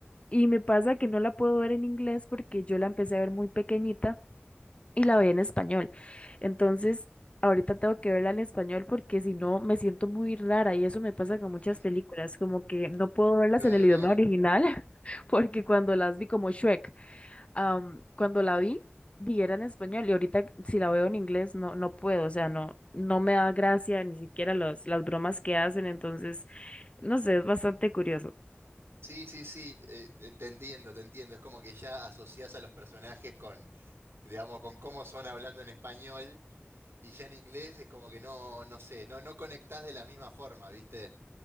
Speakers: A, on the left (about 30°); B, on the right (about 70°).
A: y me pasa que no la puedo ver en inglés porque yo la empecé a ver muy pequeñita. y la veía en español. Entonces, ahorita tengo que verla en español porque si no me siento muy rara y eso me pasa con
B: <laughs>
A: muchas películas, como que no puedo verlas
B: Claro,
A: en el idioma
B: claro.
A: original <laughs> porque cuando las vi como Shrek, am, cuando la vi, vi era en español y ahorita si la veo en inglés no no puedo, o sea, no no me da gracia ni siquiera los, las bromas que hacen, entonces, no sé, es bastante curioso.
B: Sí, sí, sí, eh, te te entiendo, te entiendo. Es como que ya asociás a los personajes con, digamos, con cómo son hablando en español. Y ya en inglés es como que no, no sé, no, no conectás de la misma forma, ¿viste?